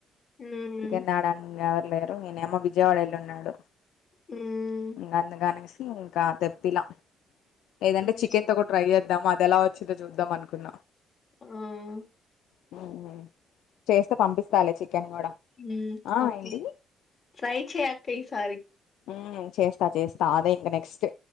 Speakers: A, on the left; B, on the left.
A: హ్మ్.
B: చికెన్ తేడానికి ఎవరి లేరు ఈనేమో విజయవాడ వెళ్ళి ఉన్నాడు
A: హ్మ్.
B: ఇంకా అందుగనేసి ఇంకా తెప్పిలా లేదంటే
A: హ్మ్.
B: చికెన్ తో కూడా ట్రై చేద్దాము అది ఎలా వచ్చుద్దో చూద్దాం అనుకున్నా
A: ఉమ్
B: <inaudible> చేస్తే పంపిస్తాలే చికెన్ కూడా
A: ఉమ్
B: ఆ
A: ఒకే
B: ఏంటి
A: ట్రై చేయ్ అక్క ఈసారి
B: ఆ చేస్తా చేస్తా అదే ఇంకా నెక్స్ట్